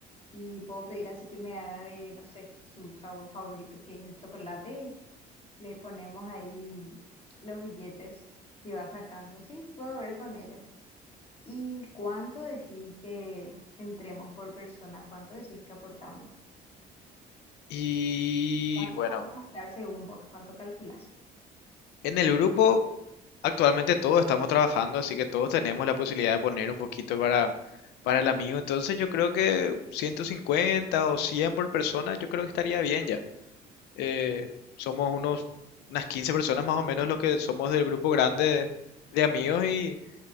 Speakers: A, on the left; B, on the left.
A: y puedo pedir así que me haga de, no sé, su sabor favorito que es el chocolate y le ponemos ahí los billetes y va sacando. Sí, puedo ver con ella. ¿Y cuánto decís que entremos por persona? ¿Cuánto decís que aportamos?
B: Y
A: ¿Cuánto
B: bueno.
A: vamos a estar según vos? ¿Cuánto calculás?
B: En el grupo, actualmente todos estamos trabajando, así que todos tenemos la posibilidad de poner un poquito para, para el amigo. Entonces yo creo que 150 o 100 por persona, yo creo que estaría bien ya. Eh, somos unos, unas 15 personas más o menos los que somos del grupo grande de amigos y